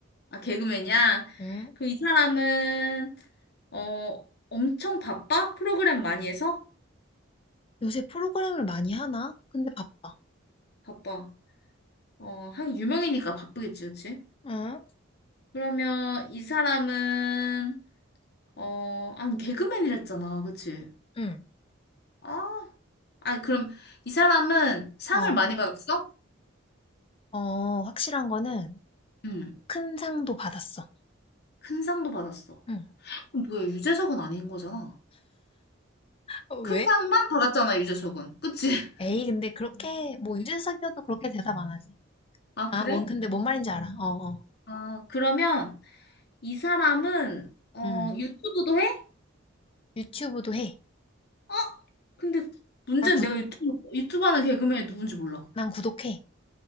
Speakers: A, on the left (about 50°); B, on the left (about 25°).
A: 아, 개그맨이야?
B: 응?
A: 그럼 이 사람은, 어, 엄청 바빠? 프로그램 많이 해서?
B: 요새 프로그램을 많이 하나? 근데 바빠.
A: 바빠. 어, 한 유명이니까 바쁘겠지, 그치?
B: 응?
A: 그러면 이 사람은, 어, 아니, 개그맨이랬잖아, 그치?
B: 응.
A: 아 아, 그럼 이 사람은 상을
B: 어,
A: 많이 받았어?
B: 어, 확실한 거는
A: 응.
B: 큰 상도 받았어.
A: 큰 상도 받았어.
B: 응.
A: 그럼 뭐야, 유재석은 아닌 거잖아.
B: 어,
A: 큰
B: 왜?
A: 상만 받았잖아, 유재석은. 그치? <laughs>
B: 에이, 근데 그렇게, 뭐, 유재석이어도 그렇게 대답 안 하지.
A: 아,
B: 아,
A: 그래?
B: 뭔, 근데 뭔 말인지 알아. 어, 어.
A: 아, 그러면 이 사람은, 어,
B: 응.
A: 유튜브도 해?
B: 유튜브도 해.
A: 어? 근데 문제는
B: 나 구,
A: 내가 유튜브, 유튜브 하는 개그맨이 누군지 몰라.
B: 난 구독해.